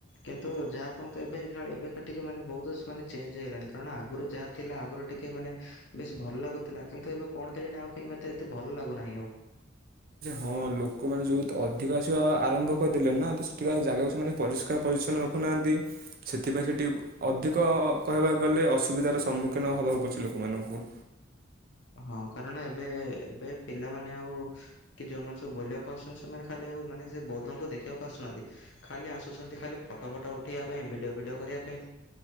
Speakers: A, on the left; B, on the right.
A: କିନ୍ତୁ ଯାହା କୁହନ୍ତୁ ଏବେ ଏବେକା ଟିକେ ମାନେ ବହୁତ ମାନେ ଚେଞ୍ଜ ହେଇଗଲାଣି। କାରଣ ଆଗରୁ ଯାହା ଥିଲା ଆଗରୁ ଟିକିେ ମାନେ ବେଶ ଭଲ ଲାଗୁଥିଲା। କିନ୍ତୁ ଏବେ କଣ କେହି ଜାଣି ଆଉ କେହି, ମୋତେ ଏତେ ଭଲ ଲାଗୁନାହିଁ ଆଉ।
B: ହଁ ଲୋକମାନୋନ ଯୋଉତ ଅଧିକ ଆସିବା ଆରମ୍ଭ କରିଦେଲେ, ନା ତ ସେଠିକା ଜାଗାକୁ ସେମାନେ ପରିଷ୍କାର ପରିଚଛନ୍ନ ରଖୁନାହାନ୍ତି। ସେଥିପାଇଁ, ସେଠି ଅଧିକ କହିବାକୁ ଗଲେ ଅସୁବିଧାର ସମ୍ମୁଖୀନ ହବାକୁ ପଡୁଛି ଲୋକମାନଙ୍କୁ।
A: ହଁ, କାରଣ ଏବେ ଏବେ ପିଲାମାନେ ଆଉ କି ଯେଉଁମାନେ ସବୁ ବୁଲିବାକୁ ଆସୁଛନ୍ତି। ସେମାନେ ଖାଲି ଆଉ ମାନେ ସେ ବୌଦ୍ଧଙ୍କୁ ଦେଖିବାକୁ ଆସୁନାହାନ୍ତି ଖାଲି ଆସୁଛନ୍ତି ଖାଲି ଫଟୋ ଫଟୋ ଉଠେଇବା ପାଇଁ। ଭିଡ଼ିଓ ଫିଡ଼ିଓ କରିବା ପାଇଁ।